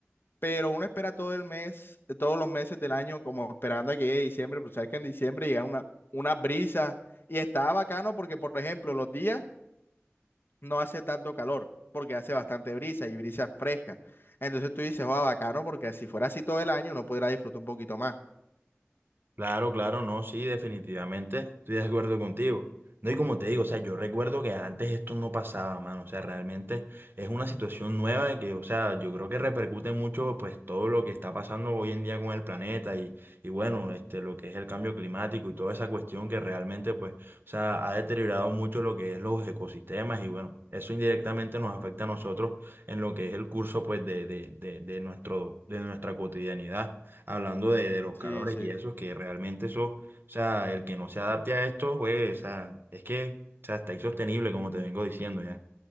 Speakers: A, on the left; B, on the right.
A: pero uno espera todo el mes, todos los meses del año como esperando a que llegue diciembre, pero sabes que en diciembre llegan una, unas brisas y está bacano porque, por ejemplo, los días... no hace tanto calor, porque hace bastante brisa y brisa fresca. Entonces tú dices, va, bacano, porque si fuera así todo el año, uno podrá disfrutar un poquito más.
B: Claro, claro, no, sí, definitivamente estoy de acuerdo contigo. No, y como te digo, o sea, yo recuerdo que antes esto no pasaba, mano, o sea, realmente es una situación nueva de que, o sea, yo creo que repercute mucho, pues, todo lo que está pasando hoy en día con el planeta y, y bueno, este, lo que es el cambio climático y toda esa cuestión que realmente, pues, o sea, ha deteriorado mucho lo que es los ecosistemas y bueno, eso indirectamente nos afecta a nosotros en lo que es el curso, pues, de, de, de, de nuestro, de nuestra cotidianidad hablando de, de los
A: Sí,
B: calores
A: sí.
B: y eso, que realmente eso, o sea, el que no se adapte a esto, pues, o sea, es que, o sea, está insostenible, como te vengo diciendo ya.